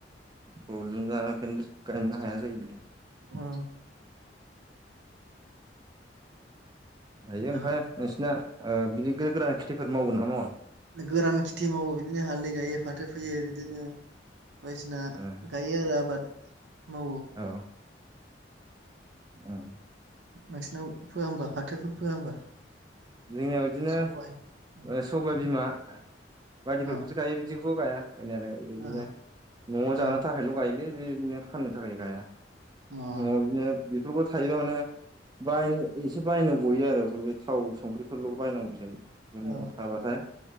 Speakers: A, on the right; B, on the right.
A: प्रब्लेम हाया जायो नोंथां
B: अ
A: दायो
B: दा
A: ओमफ्राय नोंसिना बिदि गोदो गोदान खेथिफोर मावगोन ना मावा
B: गोरान खेथि मावो बिदिनो हालदै गायो फाथो फैयो बिदिनो बायदिसिना
A: ओ
B: गायो आरो आबाद मावो
A: औ उम
B: नोंसिनाव फोआ होमबा फाथोफोर फोआ होमबा
A: जोंनियाव बिदिनो
B: सबाय अ
A: सबाय बिमा बायदिफोरखौसो
B: अ
A: गायो बिदिखौ गाया गायनायालाय बिदिनो
B: अ
A: नआव
B: अ
A: जानो थाखायल गायोलै बिदिनो फाननो थाखाय गाया
B: अ
A: नआव बिदिनो बेथ थायोबा माने बाय एसे बायनो गयो आरो बे थाव संख्रि फोरलुखौ बायनांगौ जायो
B: अ
A: नआव थाबाथाय